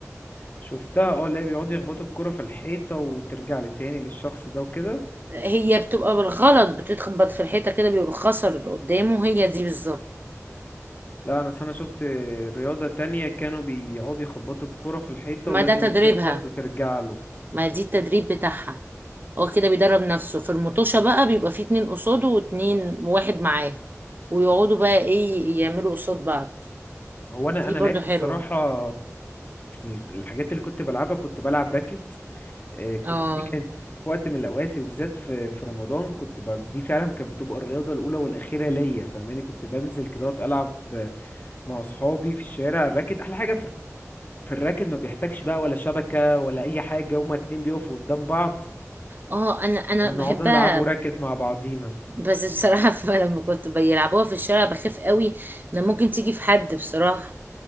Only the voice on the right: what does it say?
هي بتبقى بالغلط بتتخبط في الحيطة كده بيبقى خسر اللي قدامه هي دي بالظبط
ما
ده تدريبها
ما دي التدريب بتاعها هو كده بيدرب نفسه في المطوشة بقى بيبقى فيه اتنين قصاده واتنين واحد معاه ويقعدوا بقى ايه يعملوا قصاد بعض
دي
برضو
حلوة
اه
اه انا انا
بحبها
بس بصراحة <laughs> لما كنت بيلعبوها في الشارع بخاف قوي ان ممكن تيجي في حد بصراحة